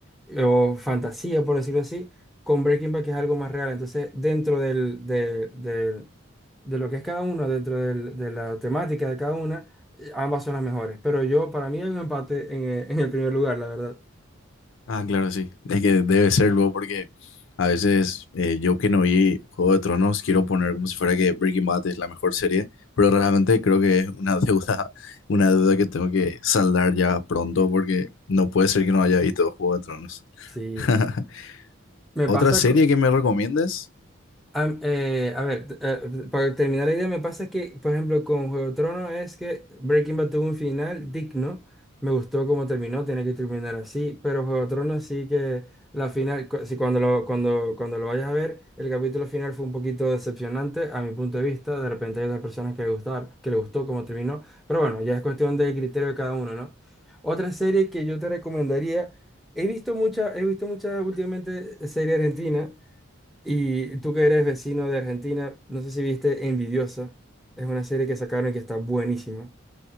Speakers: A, in the centre; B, on the left (about 65°).
A: eh, o fantasía, por decirlo así, con Breaking Bad que es algo más real. Entonces, dentro del, de, del- de lo que es cada uno, dentro del- de la temática de cada una eh, ambas son las mejores, pero yo, para mí hay un empate en, eh, en el primer lugar, la verdad.
B: Ah, claro, sí. Es que debe serlo porque a veces eh, yo que no vi Juego de Tronos quiero poner como si fuera que Breaking Bad es la mejor serie, pero realmente creo que es una <laughs> deuda, una deuda que tengo que saldar ya pronto porque no puede ser que no haya visto Juego de Tronos.
A: Sí,
B: <laughs>
A: me
B: ¿Otra
A: pasa,
B: serie
A: co-
B: que me recomiendes?
A: Am- eh, a ver, eh, para terminar la idea, me pasa que, por ejemplo, con Juego de Tronos es que Breaking Bad tuvo un final digno. Me gustó cómo terminó, tenía que terminar así, pero Juego de Tronos sí que la final, cu- si cuando lo, cuando, cuando lo vayas a ver, el capítulo final fue un poquito decepcionante a mi punto de vista. De repente hay otras personas que le gustaron, que le gustó cómo terminó, pero bueno, ya es cuestión de criterio de cada uno, ¿no? Otra serie que yo te recomendaría, he visto mucha, he visto muchas últimamente serie argentina. Y tú que eres vecino de Argentina, no sé si viste Envidiosa. Es una serie que sacaron que está buenísima.